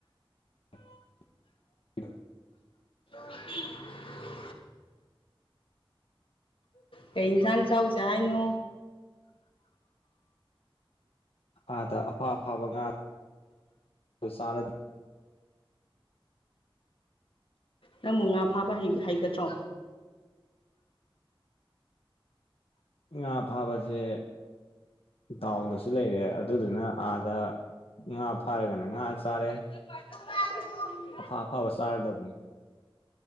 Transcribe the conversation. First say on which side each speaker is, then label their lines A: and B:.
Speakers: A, on the left; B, on the left.
A: <inaudible>
B: ꯄ <inaudible> ꯀꯩ ꯌꯦꯟꯁꯥꯡ ꯆꯥꯎꯁꯦ ꯍꯥꯏꯅꯣ
A: ꯑꯥꯗ ꯑꯐ ꯑꯐꯥꯕ ꯉꯥ ꯆꯥꯔꯗꯤ
B: ꯅꯪꯕꯨ ꯉꯥ ꯐꯥꯕ ꯍꯩꯒꯗ꯭ꯔꯣ
A: ꯉꯥ ꯐꯥꯕꯁꯦ ꯗꯥꯎꯗꯁꯨ ꯂꯩꯔꯦ ꯑꯗꯨꯗꯨꯅ ꯑꯥꯗ ꯉꯥ ꯐꯥꯔꯒꯅ ꯉꯥ ꯆꯥꯔꯦ
B: ꯄ <inaudible>
A: ꯑꯐꯥ ꯑꯐꯥꯕ ꯆꯥꯔꯗꯕꯅꯤ